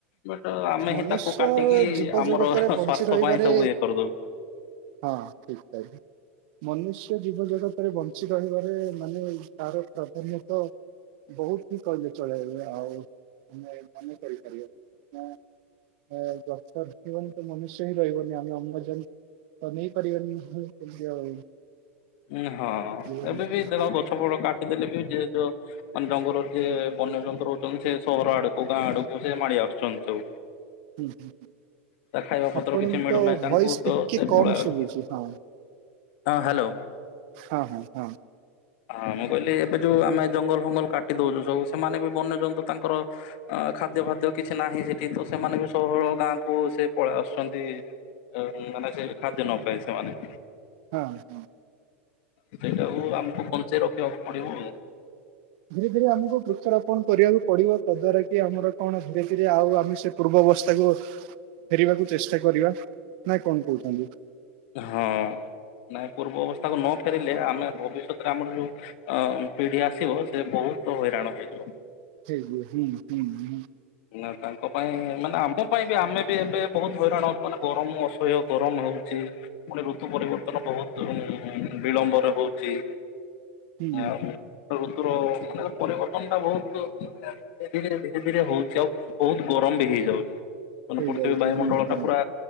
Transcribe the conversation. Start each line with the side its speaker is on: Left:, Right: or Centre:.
Left: ବଟ ଆମେ
Right: ମନୁଷ୍ୟ
Left: ହିଁ ତାକୁ କାଟିକି
Right: ଜୀବ
Left: ଆମର
Right: ଜଗତରେ ବଞ୍ଚି
Left: ସ୍ଵାର୍ଥ
Right: ରହିବାରେ
Left: ପାଇଁ ସବୁ ଇଏ- କରିଦଉ।
Right: ହଁ, ଠିକ୍ କହିଲେ। ମନୁଷ୍ୟ ଜୀବ ଜଗତରେ ବଞ୍ଚି ରହିବାରେ ମାନେ ତାର ପ୍ରାଧାନ୍ୟତ ବହୁତ ହିଁ କହିଲେ ଚଳେଇବେ। ଆଉ ଆମେ ମାନେ କରିପାରିବା ମେ ଅ ଗଛ ରହିବନି ତ ମନୁଷ୍ୟ ହିଁ ରହିବନି ଆମେ ଅମ୍ଳଜାନ ତ ନେଇ ପାରିବାନି। କେମିତି ଆଉ
Left: ଉଁ, ହଁ,
Right: ଜୀବନ
Left: ଏବେ
Right: ଯାପନ
Left: ବି ଦେଖ ଗଛ ଫଛ କାଟିଦେଲେ ବି ଯେହେତୁ ମାନେ ଜଙ୍ଗଲରେ ଯିଏ ବନ୍ୟଜନ୍ତୁ ରହୁଚନ୍ତି। ସେ ସହର ଆଡକୁ ଗାଁ ଆଡକୁ ସେ ମାଡି ଆସୁଛନ୍ତି ସବୁ।
Right: ହୁଁ, ହୁଁ,
Left: ତା ଖାଇବା ପତ୍ର
Right: ଆପଣଙ୍କ
Left: କିଛି ମିଳୁନାହିଁ ତାଙ୍କୁ
Right: ଭଏସ
Left: ତ
Right: ଟିକେ
Left: ସେ
Right: କମ୍
Left: ପଳେଇ ଆସୁଛନ୍ତି
Right: ଶୁଭୁଚି। ହଁ?
Left: ହଁ, ହ୍ୟାଲୋ।
Right: ହଁ ହଁ ହଁ
Left: ହଁ ମୁଁ କହିଲି ଏବେ ଯୋଉ ଆମେ ଜଙ୍ଗଲ ଫଙ୍ଗଲ କାଟି ଦଉଚୁ ସବୁ ସେମାନେ ବି ବନ୍ୟ ଯନ୍ତୁ ତାଙ୍କର ଅ ଖାଦ୍ୟ ଫାଦ୍ୟ କିଛି ନାହିଁ ସେଠି। ତ ସେମାନେ ବି ସବୁବେଳେ ଗାଁକୁ ସେ ପଳେଇ ଆସୁଛନ୍ତି। ଏ ମାନେ ସେ ଖାଦ୍ୟ ନ ପାଇ ସେମାନେ।
Right: ହଁ, ହଁ।
Left: ସେଇଟାକୁ ଆମକୁ ପଞ୍ଚେଇ ରଖିବାକୁ ପଡିବ ଆଉ।
Right: ଧୀରେ ଧୀରେ ଆମକୁ ବୃକ୍ଷରୋପଣ କରିବାକୁ ପଡ଼ିବ। ତା ଦ୍ଵାରା କି ଆମର କଣ ଧୀରେ ଧୀରେ ଆଉ ଆମେ ସେ ପୂର୍ବ ଅବସ୍ଥାକୁ ଫେରିବାକୁ ଚେଷ୍ଟା କରିବା। ନା କଣ କହୁଚନ୍ତି?
Left: ହଁ ନାଇଁ ପୂର୍ବ ଅବସ୍ଥାକୁ ନ ଫେରିଲେ, ଆମେ ଭବିଷ୍ୟତରେ ଆମର ଯଉ ଅ ପିଢି ଆସିବ ସେ ବହୁତ ହଇରାଣ ହେଇଯିବ।
Right: ସେଇ ହୁଁ, ହୁଁ, ହଁ
Left: ନା ତାଙ୍କ ପାଇଁ ମାନେ ଆମ ପାଇଁ ବି ଆମେ ବି ଏବେ ବହୁତ ହଇରାଣ ମାନେ ଗରମ ଅସହ୍ୟ ଗରମ ହଉଚି। ପୁଣି ଋତୁ ପରିବର୍ତ୍ତନ ବହୁତ ଉଁ ବିଳମ୍ବରେ ହଉଚି।
Right: ହୁଁ
Left: ଆଉ ଋତୁର ମାନେ ପରିବର୍ତ୍ତନ ଟା ବହୁତ ମାନେ ଧୀରେ ଧୀରେ ଧୀରେ ଧୀରେ ହଉ ସେ ଆଉ ବହୁତ ଗରମ ବି ହେଇଯାଉଚି। ମାନେ
Right: ହେଇଯାଉଛି
Left: ପୃଥିବୀ ବାୟୁମଣ୍ଡଳ
Right: ହୁଁ ହୁଁ
Left: ଟା ପୁରା